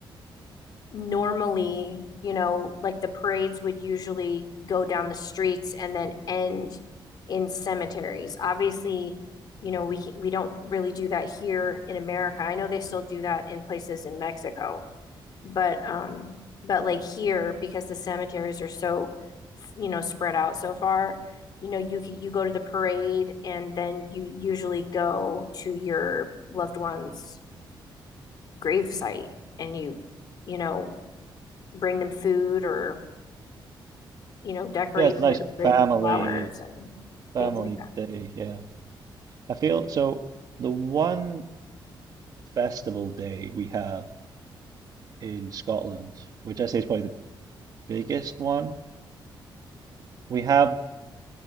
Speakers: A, on the left (about 50°); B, on the right (about 45°).
A: normally, you know, like the parades would usually go down the streets and then end in cemeteries. Obviously, you know, we can, we don't really do that here in America. I know they still do that in places in Mexico, but um but like here because the cemeteries are so you know spread out so far, you know, you can you go to the parade and then you usually go to your loved one's grave site and you you know bring them food or, you know, decorate
B: Yeah, it's a nice
A: their grave
B: family
A: with flowers and
B: family
A: things like that.
B: day, yeah. I feel so the one festival day we have in Scotland, which I say is probably the biggest one. We have,